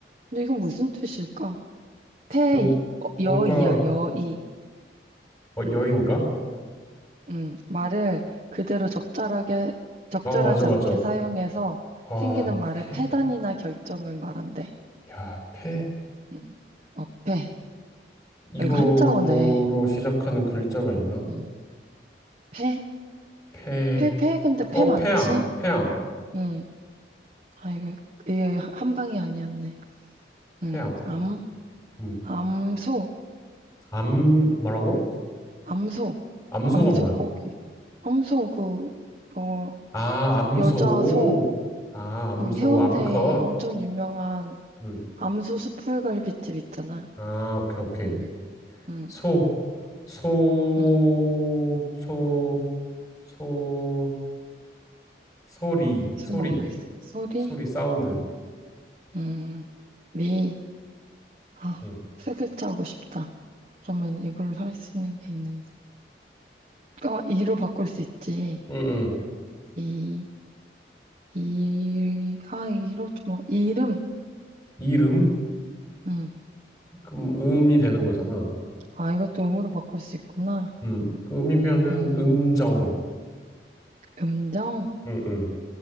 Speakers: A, on the right (about 40°); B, on the left (about 20°).
A: 근데 이건 무슨 뜻일까? 폐,
B: 뭐,
A: 이- 어, 여이야,
B: 뭔가,
A: 여이.
B: 어, 여인가?
A: 음, 말을 그대로 적절하게, 적절하지
B: 어, 맞아, 맞아.
A: 않게 사용해서
B: 아,
A: 생기는 말의
B: 폐.
A: 폐단이나 결점을 말한대.
B: 야, 폐.
A: 음, 어폐.
B: 이거로
A: 아, 이거 한자어네.
B: 시작하는 글자가 있나?
A: 음, 폐?
B: 폐.
A: 폐, 폐, 근데
B: 어,
A: 폐 많지?
B: 폐암. 폐암.
A: 음, 아, 이거, 이게 한 방이 아니었네.
B: 폐암.
A: 응, 암,
B: 음.
A: 암소,
B: 암, 뭐라고?
A: 암소,
B: 암소가
A: 암소고기.
B: 뭐야?
A: 암소, 그, 어,
B: 아, 암소.
A: 여자 소,
B: 아, 암소,
A: 응, 해운대에
B: 암컷.
A: 엄청 유명한
B: 음.
A: 암소 숯불갈비집 있잖아.
B: 아, 오케이, 오케이.
A: 응, 응,
B: 소, 소,
A: 응,
B: 소, 소, 소리,
A: 소모가
B: 소리,
A: 있어. 소리,
B: 소리, 사운드.
A: 응, 리, 아,
B: 음.
A: 세 글자 하고 싶다. 그러면 이걸로 할 수 있는 게 있는데. 아, 이로 바꿀 수 있지.
B: 음, 음.
A: 이, 이, 아, 이로 좀, 어- 이름.
B: 이름?
A: 응,
B: 그럼 음이 되는 거잖아.
A: 아, 이것도 음으로 바꿀 수 있구나.
B: 음. 그 음이면은
A: 음.
B: 음정.
A: 음정?
B: 음, 음,